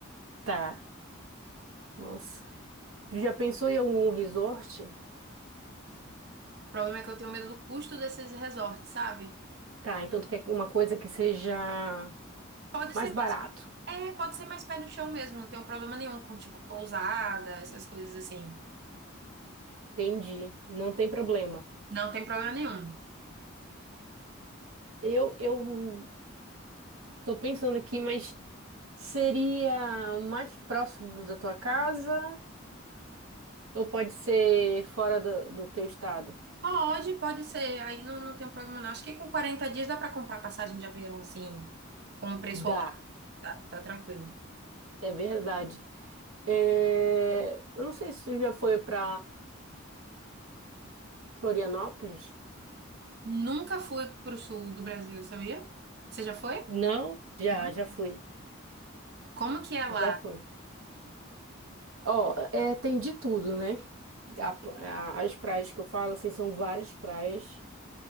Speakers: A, on the right (about 80°); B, on the right (about 50°).
A: Tá, nossa. Tu já pensou em algum resort?
B: problema é que eu tenho medo do custo desses resorts, sabe?
A: Tá, então tu quer uma coisa que seja
B: Pode
A: mais
B: ser
A: barato.
B: mais, é, pode ser mais pé no chão mesmo, não tenho problema nenhum com tipo pousada, essas coisas assim.
A: Entendi, não tem problema.
B: Não tem problema nenhum.
A: Eu, eu tô pensando aqui, mas seria o mais próximo da tua casa ou pode ser fora do, do teu estado?
B: Pode, pode ser. Aí não, não tem problema, não. Acho que com 40 dias dá para comprar passagem de avião, assim, com um preço ok.
A: Dá,
B: Tá, tá tranquilo.
A: é verdade. É, Eu não sei se tu já foi para Florianópolis.
B: Nunca fui pro sul do Brasil, sabia? Você já foi?
A: Não? Já,
B: Não.
A: já fui.
B: Como que é lá?
A: Já fui. Ó, é, tem de tudo, né? A pl- a- as praias que eu falo, assim, são várias praias,